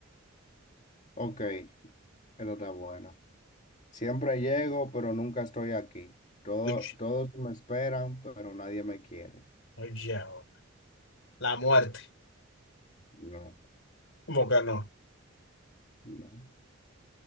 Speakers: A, on the left; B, on the left.
A: ok, esto está bueno. Siempre llego, pero nunca estoy aquí. Todo,
B: Uch,
A: todos me esperan, pero nadie me quiere.
B: oye, oh. La muerte.
A: No,
B: ¿Cómo que no?
A: no.